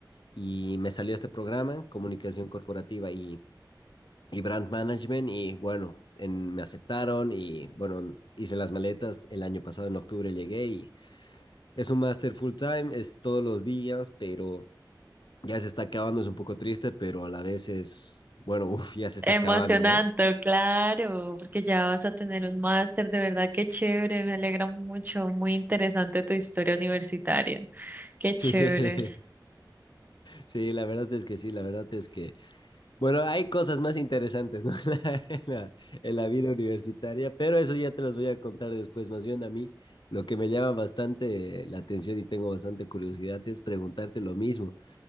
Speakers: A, on the left; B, on the right.
A: Y me salió este programa, comunicación corporativa, y y brand management y bueno, en, me aceptaron y bueno, hice las maletas el año pasado en octubre llegué y es un máster full time, es todos los días, pero ya se está acabando, es un poco triste, pero a la vez es, bueno, <laughs> uff, ya se está
B: Emocionante,
A: acabando, ¿no?
B: claro, porque ya vas a tener un máster, de verdad, qué chévere, me alegra mucho, muy interesante tu historia universitaria, qué chévere.
A: Sí, <laughs> sí, la verdad es que sí, la verdad es que Bueno, hay cosas más interesantes, ¿no? <laughs> En la, en la- en la vida universitaria, pero eso ya te las voy a contar después. Más bien a mí, lo que me llama bastante la atención y tengo bastante curiosidad es preguntarte lo mismo.